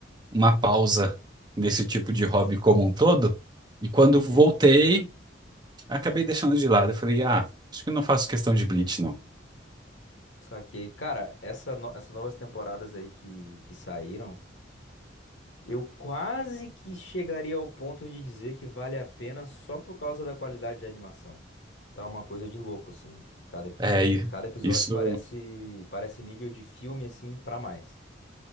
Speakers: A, on the right (about 25°); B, on the left (about 80°).
A: uma pausa desse tipo de hobby como um todo. E quando
B: Saquei.
A: voltei, acabei deixando de lado. Eu falei, ah, acho que eu não faço questão de Bleach, não.
B: Saquei. Cara, essa no- essas novas temporadas aí que, que saíram, eu quase que chegaria ao ponto de dizer que vale a pena só por causa da qualidade de animação. Que tá uma coisa de louco, assim. Cada,
A: É, e
B: cada episódio
A: isso,
B: parece, parece nível de filme, assim, pra mais.